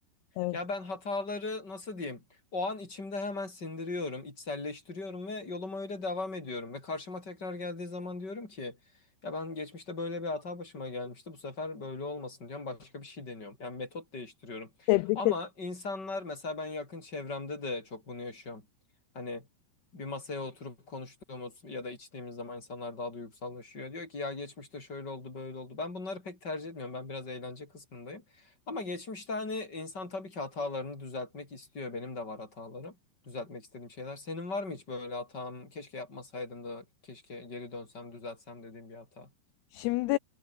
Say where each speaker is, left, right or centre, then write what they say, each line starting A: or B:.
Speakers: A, on the left; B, on the left.
A: Evet.
B: Ya ben hataları nasıl diyeyim? O an içimde hemen sindiriyorum, içselleştiriyorum ve yoluma öyle devam ediyorum. Ve karşıma tekrar geldiği zaman diyorum ki ya ben geçmişte böyle bir hata başıma gelmişti. Bu sefer böyle olmasın diyorum. Başka bir şey deniyorum. Yani metot değiştiriyorum.
A: Tebrik
B: Ama insanlar mesela ben yakın çevremde de çok bunu yaşıyorum. Hani bir masaya oturup konuştuğumuz ya da içtiğimiz zaman insanlar daha duygusallaşıyor. Diyor ki ya geçmişte şöyle oldu, böyle oldu. Ben bunları pek tercih etmiyorum. Ben biraz eğlence kısmındayım. Ama geçmişte hani insan tabii ki hatalarını düzeltmek istiyor. Benim de var hatalarım. Düzeltmek istediğim şeyler. Senin var mı hiç böyle hatam? Keşke yapmasaydım da keşke geri dönsem düzeltsem dediğim bir hata.
A: Şimdi